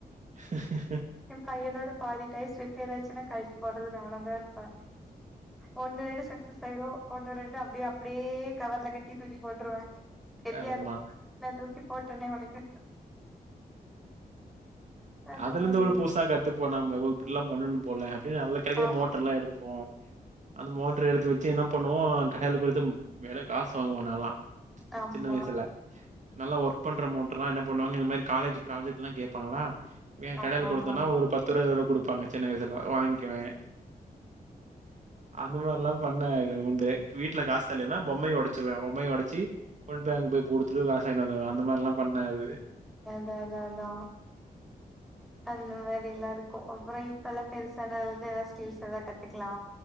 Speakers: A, on the right; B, in the centre.
A: <unintelligible>
B: கையனோட பாதி டாய்ஸ் ரிப்பேர் ஆயிச்சுன்னா கழட்டி போட்றது நானதா இருப்ப ஒன்னு ரெண்டு சக்சஸ் ஆயிரு ஒன்னு ரெண்டு அப்டே அப்டே கவர்ல கட்டி தூக்கி போட்ருவ தெரியாது
A: ஆமா.
B: நா தூக்கி போட்டனே அவனுக்கு அந்த
A: அதுலந்து
B: மாரி
A: அவள
B: இருக்கு
A: புதுசா கத்துப்போ நம்ப ஒ இப்பிட்லா பண்ணனு போல அல்ல கெடைக்கிற
B: ஆமா
A: மோட்டர்லா எடுப்போ அந்த மோட்ரு எடுத்து வெச்சு என்ன பண்ணுவோ கடாய்ல குடுத்து மேல காஸ் வாங்குவோ நால்லா
B: ஆமா
A: சின்ன வய்சுல நல்ல ஒர்க் பண்ற மோட்ருலா என்ன பண்ணுவாங்க இந்த மேரி காலேஜி ப்ராஜெக்ட்லா கேப்பாங்ளா
B: ஆமா
A: கடைல குடுத்தன்னா
B: ஆமா ஆமா
A: ஒரு பத்துருவா இருவருவா குடுப்பாங்க சின்ன வய்சுல வாங்க்கிவ அந்த மாரிலா பண்ண உண்டு வீட்ல காசு தர்லைய்ன்னா பொம்மைய ஒடச்சிருவே பொம்மைய ஒடச்சி கொன் பேங்க போய் குடுத்துட்டு காஸ் வாங்கிட் வந்துருவ அந்த மார்லா பண்ண அது
B: அதா அதா அதா அந்த மாரிலா இருக் அப்புறோ இப்பல்லா பெருசானது எதா ஸ்கில்ஸ் எதா கத்துக்லா